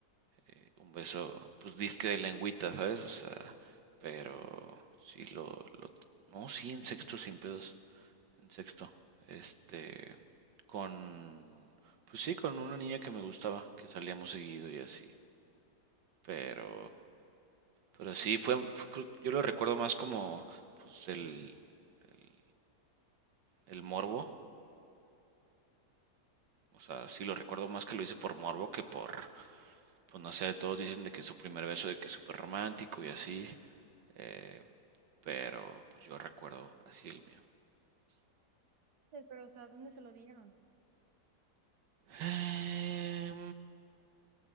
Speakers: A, on the right; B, on the right.
A: eh, un beso, pues disque de lengüita, ¿sabes? O sea, pero sí lo, lo, no, sí en sexto sin pedos, en sexto, este, con, pues sí, con una niña que me gustaba, que salíamos seguido y así, pero Pero sí, fue, fue- yo lo recuerdo más como pues, el, el, el morbo. O sea, sí lo recuerdo más que lo hice por morbo que por, pues no sé, todos dicen de que su primer beso, de que es súper romántico y así. eh, pero pues yo recuerdo así el mío.
B: sé, Pero, o sea, ¿dónde se lo dieron?
A: Em,